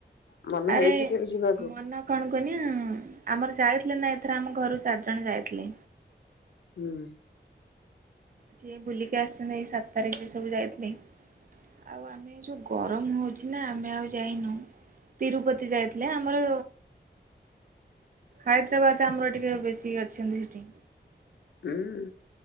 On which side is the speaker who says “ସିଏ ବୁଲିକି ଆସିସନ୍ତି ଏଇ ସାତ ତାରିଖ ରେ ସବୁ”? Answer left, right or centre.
Right